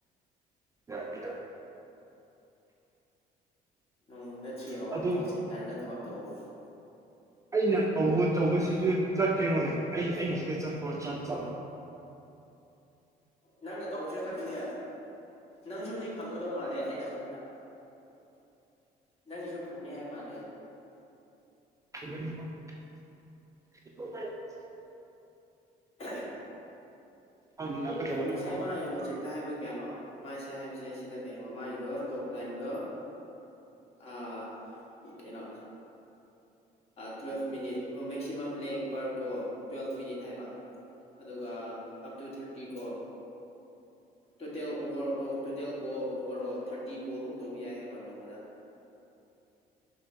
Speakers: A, on the right (about 20°); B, on the left (about 35°).
A: ꯌꯥ ꯏ
B: ꯅꯣꯡꯃꯗ ꯊ꯭ꯔꯤ ꯑꯋꯥꯔ
A: ꯑꯗꯨ
B: ꯀꯣꯜ ꯁꯦꯟꯇꯔꯗ ꯊꯕꯛ ꯇꯧꯕꯒꯨꯝꯕꯂ
A: ꯑꯩꯅ ꯇꯧꯕ ꯇꯧꯕꯁꯤꯁꯨ ꯆꯠꯀꯦꯩꯅꯣꯅꯦ ꯑꯩ ꯑꯩꯁꯤꯗ ꯆꯠꯄ꯭ꯔꯣ ꯆꯠꯂ
B: ꯅꯪꯅ ꯇꯧꯕꯁꯨ ꯆꯠꯀꯅꯦ ꯅꯪꯁꯨ ꯍꯧꯖꯤꯛ ꯐꯪꯒꯗꯧ ꯃꯥꯜꯂꯦ ꯑꯩꯅ ꯈꯟꯕꯗ ꯅꯪꯒꯤꯁꯨ ꯐꯪꯅꯤ ꯍꯥꯏꯕ ꯃꯥꯜꯂꯦ
A: <unintelligible>
B: <unintelligible>
A: ꯍꯪꯅꯒꯗꯕ
B: ꯉꯁꯥꯏ
A: ꯅꯠꯇ꯭ꯔꯕ
B: ꯃꯥ ꯋꯥꯆꯦꯞꯇ ꯍꯥꯏꯕꯤꯌꯨ ꯀꯌꯥꯅꯣ ꯃꯥꯁꯦ ꯍꯥꯏꯕꯁꯦ ꯁꯤꯗ ꯀꯩꯅꯣꯃꯒꯤꯗꯣ ꯇꯣꯛ ꯇꯥꯏꯝꯗꯣ ꯑ ꯀꯩꯅꯣ ꯇꯨꯋꯦꯜꯐ ꯃꯤꯅꯤꯠ ꯑꯣ ꯃꯦꯛꯁꯤꯃꯝ ꯂꯦꯡ ꯄꯔ ꯀꯣꯜ ꯇꯨꯋꯦꯜꯐ ꯃꯤꯅꯤꯠ ꯍꯥꯏꯕ ꯑꯗꯨꯒ ꯑꯞ ꯇꯨ ꯊꯥꯔꯇꯤ ꯀꯣ total over total call over all thirty ꯀꯣꯜꯃꯨꯛ ꯇꯧꯕ ꯌꯥꯏ ꯍꯥꯏꯕ ꯅꯣꯡꯃꯗ